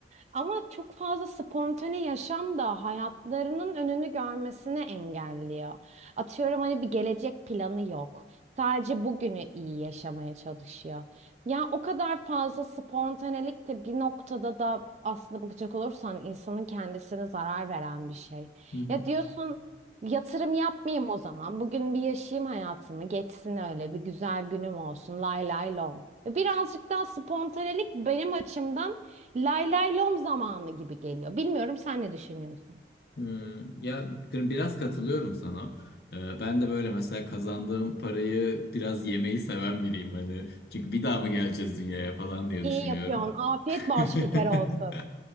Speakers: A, on the right; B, on the left.
A: Ama çok fazla spontane yaşam da hayatlarının önünü görmesini engelliyor. Atıyorum hani bir gelecek planı yok. Sadece bugünü iyi yaşamaya çalışıyor. Ya o kadar fazla spontanelik de bir noktada da aslında bakacak olursan insanın kendisine zarar veren bir şey.
B: Hı hı.
A: Ya diyorsun yatırım yapmayayım o zaman. Bugün bir yaşayayım hayatımı. Geçsin öyle bir güzel günüm olsun. Lay lay lom. E, Birazcık daha spontanelik benim açımdan lay lay lom zamanı gibi geliyor. Bilmiyorum sen ne düşünüyorsun?
B: Hmm, ya bir- biraz katılıyorum sana. Ee, ben de böyle mesela kazandığım parayı biraz yemeyi seven biriyim hani. Çünkü bir daha mı geleceğiz dünyaya falan diye
A: İyi
B: düşünüyorum.
A: yapıyorsun. Afiyet
B: <laughs>
A: bal şekeri olsun.